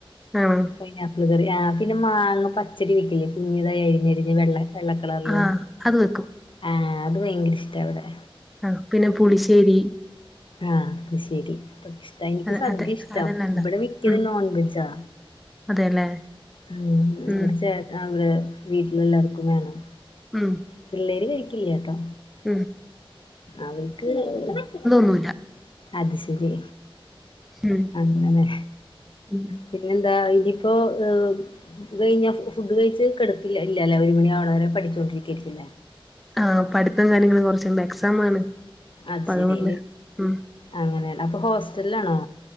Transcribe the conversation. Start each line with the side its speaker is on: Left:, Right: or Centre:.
Centre: ആണോ
Left: പൈനാപ്പിൾ കറി. ആ പിന്നെ മാങ്ങ പച്ചടി വയ്ക്കില്ലേ? കുഞ്ഞതായി അരിഞ്ഞരിഞ്ഞ് വെള്ള- വെള്ളക്കളറില്.
Centre: ആഹ് അത് വെക്കും
Left: ആഹ, അത് ഭയങ്കര ഇഷ്ടവിടെ.
Centre: ആ പിന്നെ, പുളിശ്ശേരി.
Left: ആഹ്. പുളിശ്ശേരി അതൊക്കെ ഇഷ്- എനിക്ക്
Centre: അതെ
Left: സദ്യ
Centre: അതെ
Left: ഇഷ്ടം
Centre: അതെല്ലാം ഉണ്ടാക്കും
Left: ഇവിടെ വിക്ക്ണത്
Centre: ഉം
Left: നോൺ വെജാ.
Centre: അതെല്ലേ
Left: ഉം
Centre: ഉം
Left: അവിടെ ചേട്ടൻ അവിടെ വീട്ടിലെല്ലാർക്കും വേണം.
Centre: ഉം.
Left: പിള്ളേര് കഴിക്കില്ലേട്ടോ
Centre: ഉം
Left: അവർക്ക് -
Centre: കുല
Left: അത് ശരി
Centre: ഉം
Left: അങ്ങനെ
Centre: ഉം
Left: പിന്നെന്താ ഇനിയിപ്പോ- ഇത് കഴിഞ്ഞ ഫുഡ് കഴിച്ച് കിടക്ക ഇല്ലലെ, ഒരു മണി ആണവരെ പഠിച്ചുകൊണ്ടിരിക്കായിരിക്കല്ലേ?
Centre: ആഹ പഠിത്തം കാര്യങ്ങളും കുറചുണ്ട് എക്സാം ആണ്.
Left: അത്
Centre: അപ്പൊ
Left: ശരി.
Centre: അതുകൊണ്ട് ഉം
Left: അങ്ങനെയാണ്, അപ്പൊ ഹോസ്റ്റലിലാണോ?